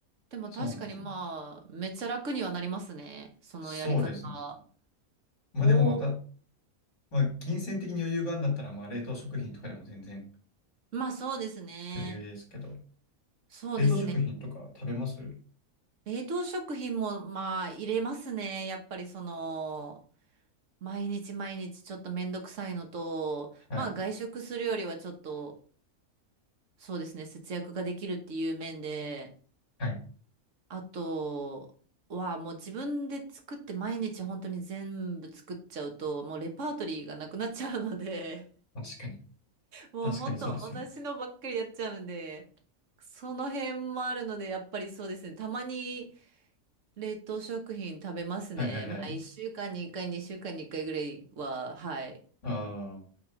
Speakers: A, on the right (about 60°); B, on the left (about 55°).
A: でも確かにまあ、
B: そうなんですよ。
A: めっちゃ楽にはなりますね。そのやり方。
B: そうですね。まあでもだ、
A: おお。
B: まあ、金銭的に余裕があるんだったら、まあ、冷凍食品とかでも全然
A: まあそうですね。
B: 余裕ですけど、
A: そうですね。
B: 冷凍食品とか食べます
A: 冷凍食品もまあ入れますね。やっぱりその、毎日毎日ちょっとめんどくさいのと、
B: はい。
A: まあ外食するよりはちょっと、そうですね、節約ができるっていう面で、
B: はい。
A: あと、はもう自分で作って毎日本当に全部作っちゃうともうレパートリーがなくなっちゃうので
B: 確かに。
A: もう本当同じのばっかりやっちゃうんで、
B: 確かにそうですよね。
A: その辺もあるので、やっぱりそうですね。たまに冷凍食品食べますね。
B: はいはいはい。
A: まあ、1週間に1回、2週間に1回ぐらいは、はい、
B: あ